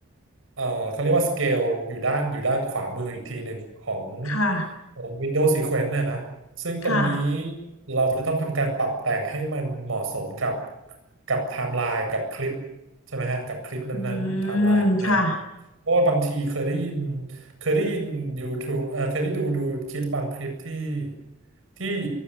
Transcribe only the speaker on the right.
เอ่อเขาเรียกว่าสเกลอยู่ด้านอยู่ด้านขวามืออีกทีหนึ่งของ
ของ Windows Sequence น่ะนะซึ่งตรงนี้
เราจะต้องทำการปรับแต่งให้มันเหมาะสมกับกับไทม์ไลน์กับคลิปใช่ไหมฮะกับคลิปนั้นๆไทม์ไลน์นั้น
เพราะว่าบางทีเคยได้ยินเคยได้ยิน YouTube เอ่อเคยได้ดูดูคลิปบางคลิปที่ที่